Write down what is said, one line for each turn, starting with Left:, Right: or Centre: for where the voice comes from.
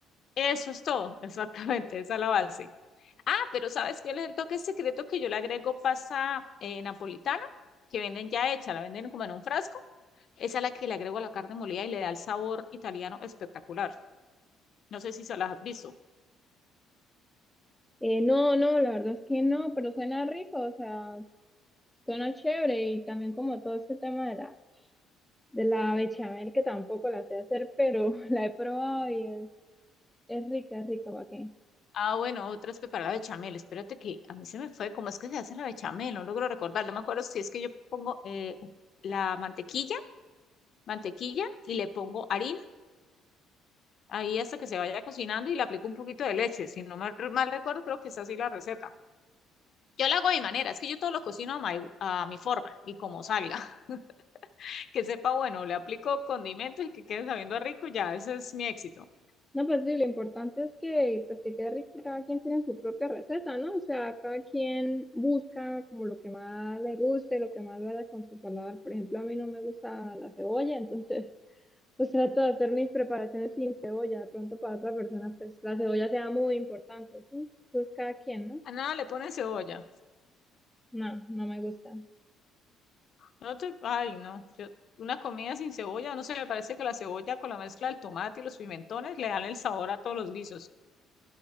Left: Eso es todo, <laughs> exactamente, esa es la base. Ah, pero ¿sabes qué es el toque secreto que yo le agrego pasa eh, napolitana? Que venden ya hecha, la venden como en un frasco. Esa es la que le agrego a la carne molida y le da el sabor italiano espectacular. No sé si se las has visto.
Centre: Eh, no, no, la verdad es que no, pero suena rico, o sea, suena chévere y también como todo este tema de la, de la bechamel que tampoco la sé hacer, pero <laughs> la he probado y es, es rica, es rica, ¿para qué?
Left: Ah, bueno, otra es preparar la bechamel. Espérate que a mí se me fue. ¿Cómo es que se hace la bechamel? No logro recordar. No me acuerdo si es que yo pongo eh, la mantequilla, mantequilla y le pongo harina ahí hasta que se vaya cocinando y le aplico un poquito de leche. Si no mal, mal recuerdo, creo que es así la receta. Yo la hago a mi manera. Es que yo todo lo cocino a, mi a mi forma y como salga. <laughs> Que sepa, bueno, le aplico condimentos y que quede sabiendo a rico. Ya, ese es mi éxito.
Centre: No, pues sí, lo importante es que, pues, que quede rico, cada quien tiene su propia receta, ¿no? O sea, cada quien busca como lo que más le guste, lo que más vaya con su paladar. Por ejemplo, a mí no me gusta la cebolla, entonces, <laughs> pues trato de hacer mis preparaciones sin cebolla. De pronto para otra persona, pues la cebolla sea muy importante, ¿sí? Entonces, cada quien, ¿no?
Left: A nada le ponen cebolla.
Centre: No, no me gusta.
Left: No te, ay, no. Yo, una comida sin cebolla, no sé, me parece que la cebolla con la mezcla del tomate y los pimentones le dan el sabor a todos los guisos.